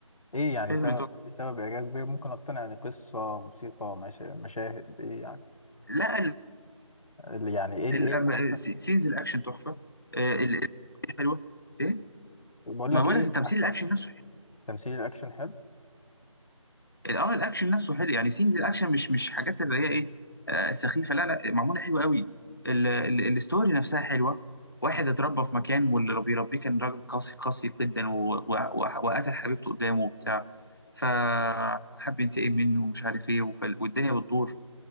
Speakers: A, on the left; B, on the left.
A: ايه يعني
B: فيلم
A: سبب
B: تحفه
A: سبب اعجابك بيه ممكن اقتنع يعني قصة موسيقى مشا- مشاهد ايه يعني
B: لا
A: اللي يعني ايه اللي
B: ال-
A: ايه احسن
B: س- سينز الاكشن تحفه آه، ال- ال- حلوه ايه
A: بقول
B: ما
A: لك
B: بقول
A: ايه
B: لك التمثيل
A: احسن
B: الاكشن نفسه حلو
A: تمثيل الاكشن حلو
B: ال- اه الاكشن نفسه حلو يعني سينز الاكشن مش مش حاجات اللي هي ايه آه، سخيفه لا لا معموله حلوه قوي ال- ال- الستوري نفسها حلوه واحد اتربى في مكان واللي بيربيه كان راجل قاسي قاسي جدا و- و- و- وقتل حبيبته قدامه وبتاع فحب ينتقم منه ومش عارف ايه وف- والدنيا بتدور